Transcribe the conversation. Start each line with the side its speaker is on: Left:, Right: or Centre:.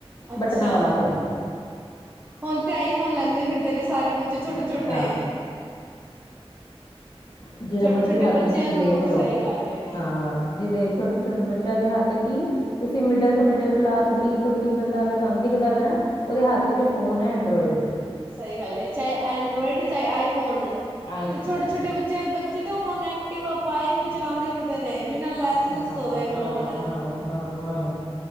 Right: ਅੱਛਾ
Left: ਬਟਨਾਂ ਵਾਲਾ ਫ਼ੋਨ।
Right: ਹੁਣ ਤੇ ਆਈ ਫ਼ੋਨ ਲੈਂਦੇ ਫਿਰਦੇ ਨੇ ਸਾਰੇ ਬੱਚੇ ਛੋਟੇ -ਛੋਟੇ।
Left: ਆ ਜਿਹਦੇ
Right: ਛੋਟੇ-ਛੋਟੇ
Left: ਮਰਜ਼ੀ ਹੱਥ
Right: ਬੱਚਿਆਂ
Left: 'ਚ ਤੁਸੀਂ
Right: ਨੂੰ
Left: ਦੇਖਲਓ
Right: ਸਹੀ ਗੱਲ ਏ।
Left: ਹਾਂ, ਜਿਹਦੇ ਛੋਟੇ ਛੋਟੇ ਬੱਚਿਆਂ ਦੇ ਹੱਥ ਕਿ? ਤੁਸੀਂ ਮਿਡਲ ਤੋਂ ਮਿਡਲ ਕਲਾਸ ਗਰੀਬ ਤੋਂ ਗ਼ਰੀਬ ਬੰਦਾ ਅਗਰ ਤੁਹਾਨੂੰ ਦਿਖਦਾ ਪਇਆ ਨਾ। ਉਹਦੇ ਹੱਥ 'ਚ ਫ਼ੋਨ ਹੈ ਐਂਡਰਾਇਡ।
Right: ਸਹੀ ਗੱਲ ਹੈ! ਚਾਹੇ ਐਂਡਰਾਇਡ, ਚਾਹੇ ਆਈਫੋਨ
Left: ਆਈਫੋਨ
Right: ਤੇ ਛੋਟੇ ਛੋਟੇ ਬੱਚੇ ਬੱਚੇ ਤੇ ਹੁਣ ਐਕਟਿਵਾ, ਬਾਈਕ। ਚਲਾਉਂਦੇ ਫਿਰਦੇ ਨੇ ਬਿਨਾਂ ਲਾਇਸੈਂਸ
Left: ਹਾਂ
Right: ਤੋਂ ਦੇਖ
Left: ਹਾਂ
Right: ਲਓ ਹੁਣ।
Left: ਹਾਂ ਹਾਂ ਹਾਂ